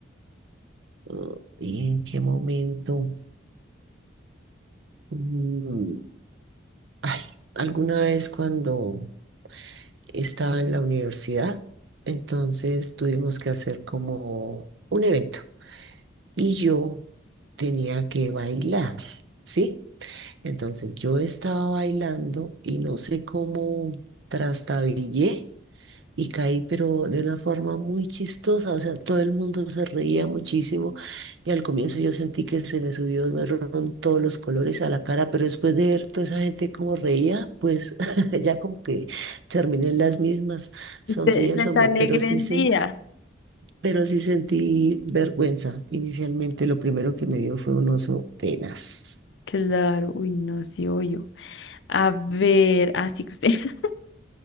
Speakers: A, on the right; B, on the left.
A: Ah, ¿Y en qué momento? Mm, Ay, alguna vez cuando estaba en la universidad, entonces tuvimos que hacer como un evento y yo tenía que bailar, ¿sí? Entonces yo estaba bailando y no sé cómo trastabillé y caí, pero de una forma muy chistosa, o sea, todo el mundo se reía muchísimo y al comienzo yo sentí que se me subió, me fueron todos los colores a la cara, pero después de ver toda esa gente como reía, pues <laughs> ya como que terminé en las mismas sonriéndome,
B: Usted les alegre
A: pero sí
B: el
A: sen-
B: día.
A: pero sí sentí vergüenza. Inicialmente lo primero que me dio fue un oso tenaz.
B: Claro, uy, no, sí, obvio. A ver, así que usted, <laughs>